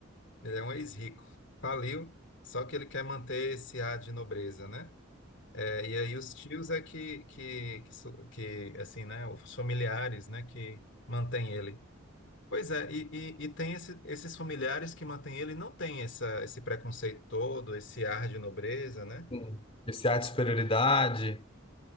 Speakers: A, on the left; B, on the left.
A: ele é um ex-rico, faliu, só que ele quer manter esse ar de nobreza, né? É, E aí os tios é que, que, que, so- que, assim, né, os familiares, né, que mantêm ele. Pois é, e, e, e tem esse- esses familiares que mantêm ele, não tem essa, esse preconceito todo, esse ar de nobreza, né?
B: Sim. Esse ar de superioridade,